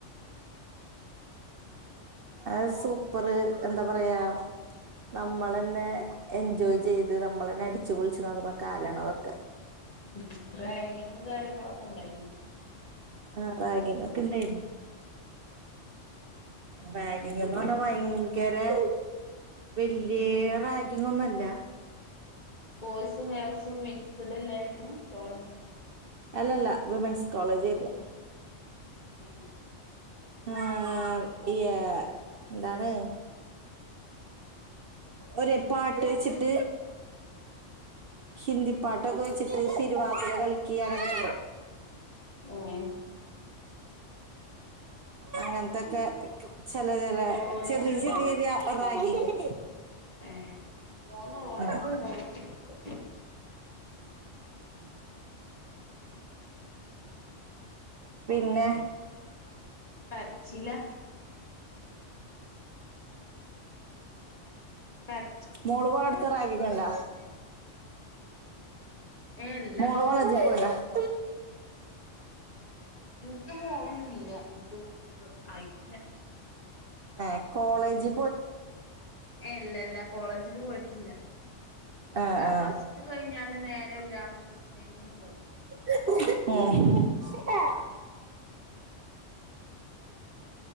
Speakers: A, on the right (about 55°); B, on the left (about 30°).
A: അഹ് സൂപ്പർ എന്താ പറയാ നമ്മളെന്നെ എൻജോയ് ചെയ്ത് നമ്മളെന്നെ അടിച്ചുപൊളിച്ച് നടന്ന കാലാണ് അതൊക്കെ.
B: ഉം റാഗിംഗ് കാര്യങ്ങളൊക്കെ ഇണ്ടായിരുന്നോ?
A: ആഹ് റാഗിങ്ങക്കെ ഇണ്ടായിരുന്നു. റാഗിങ്ങ്ന്നർഞ്ഞ വയങ്കരേ വല്യ റാഗിംഗ് ഒന്നല്ല.
B: ബോയ്സും ഗേൾസും മിക്സ്ഡ് അല്ലായിരുന്നു കോളേജ്?
A: അല്ലല്ല വുമെൻസ് കോളേജെയ്ന്ന്
B: ഏഹ്
A: ആഹ് യാ എന്താണ് ഒരേ പാട്ട് വെച്ചിട്ട് ഹിന്ദി പാട്ടൊക്കെ വെച്ചിട്ട് തിരുവാതിര കളിക്ക അങ്ങനൊക്കെ.
B: ഉം
A: അങ്ങൻത്തക്കെ ചെലേ ലേ
B: ഒളോളിച്ചുണ്ടോ
A: ചെറിയ ചെറിയ രാ റാഗിംഗ്.
B: ഏഹ് മോൻ നൊളോളിക്ക്ണ്ടോന്ന്
A: ഉം
B: ചോയ്ക്ക?
A: പിന്നെ?
B: കരച്ചിലാ? കർ
A: മോള് പോയടുത്ത് റാഗിങ്‌ണ്ട
B: ഏ ഇല്ല
A: മോളെ കോളേ ജില് പോയോ <unintelligible>
B: ഇൻക്ക് മോളൊന്നും ഇല്ല. മക്കള് ആയിട്ടില്ല
A: ഏഹ് കോളേജ്
B: ഏഹ് ഇല്ല ഇല്ല കോളേജില് പോയിട്ടില്ല.
A: ആ
B: ഞാൻ
A: ആ
B: പ്ലസ് ടു കഴിഞ്ഞാണ്ട് നേരെ ഗ്രാഫിക് ഡിസൈനിങ്ങിന് പോയിക്കാണ്.
A: ഉം
B: ഉം